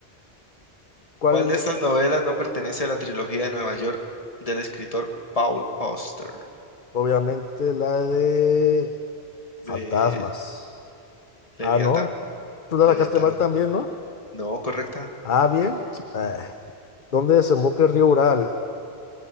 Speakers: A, on the left (about 50°); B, on the left (about 35°).
A: ¿Cuál
B: ¿Cuál de
A: de-
B: estas novelas no pertenece a la trilogía de Nueva York del escritor Paul Auster
A: Obviamente la de fantasmas.
B: de
A: Ah,
B: Leviatán?
A: no. Tú la
B: Leviatán.
A: sacaste mal también, ¿no?
B: No, correcta.
A: Ah, bien. Ah, ¿Dónde desemboca el río Ural?